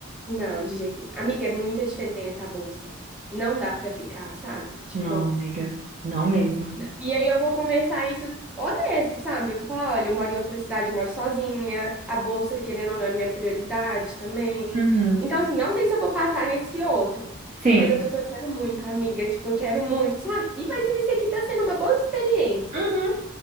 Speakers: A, in the centre; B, on the right.
A: Não, de jeito nenhum. Amiga, é muita diferença a bolsa. Não dá pra ficar, sabe? Tipo.
B: Não, amiga, não mesmo.
A: E aí eu vou conversar isso honesto, sabe? Eu vou falar, olha, eu moro em outra cidade, eu moro sozinha, a bolsa, querendo ou não, é minha prioridade também.
B: Uhum.
A: Então, assim, não sei se eu vou passar nesse outro,
B: Sim.
A: mas eu tô torcendo muito, amiga, tipo, eu quero muito, sabe? E mas esse aqui tá sendo uma boa experiência.
B: Uhum.